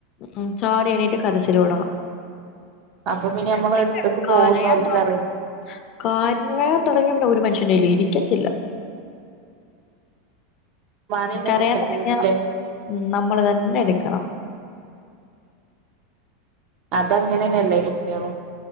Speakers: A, on the left (about 35°); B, on the right (about 40°).
A: ഉം ചാടി എണീട്ട് കരച്ചില് തൊടങ്ങും
B: അപ്പൊ നമ്മളെ
A: പിന്നെ
B: അടുത്തേക്ക്
A: കരയാൻ
B: പോകുന്നോൽക്കറിയാം
A: തൊ <inaudible> കാരയാൻ തൊടങ്ങിയ പിന്നെ ഒരു മനുഷ്യന്റെല് ഇരിക്ക ത്തില്ല
B: ഉമ്മാനെന്നെ
A: കരയാൻ
B: കിട്ടേണ്ടി
A: തൊടങ്ങിയ
B: വരൂല്ലേ
A: ഉം നമ്മള് തന്നെ എടുക്കണം
B: അത് അങ്ങനെ ന്നല്ലേ കുട്ട്യളും